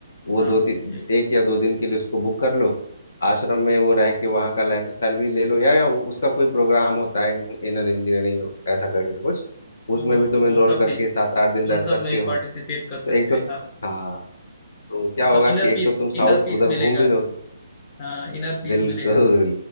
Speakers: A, on the left (about 60°); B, on the left (about 20°).
A: वो
B: हाँ
A: दो तीन
B: एक
A: एक या दो दिन के लिए उसको बुक कर लो आश्रम में वो रह के वहाँ का लाइफ स्टाइल भी ले लो या, या वो- उसका कोई प्रोग्राम होता है इनर इंजीनियरिंग ऐसा करके कुछ
B: ओ
A: उसमें भी तुम
B: तो वो
A: एनरोल
B: सब
A: करके
B: भी
A: सात आठ दिन
B: उन
A: रह
B: सब
A: सकते
B: में
A: हो
B: पार्टिसिपेट कर सकते
A: तो एक तो
B: हैं हाँ
A: हाँ तो क्या
B: मतलब
A: होगा
B: इनर
A: कि एक
B: पीस
A: तो तुम
B: इनर
A: साउथ
B: पीस
A: उधर
B: मिलेगा
A: घूम भी लोगे
B: हाँ इनर पीस
A: बिल्कुल
B: मिलेगा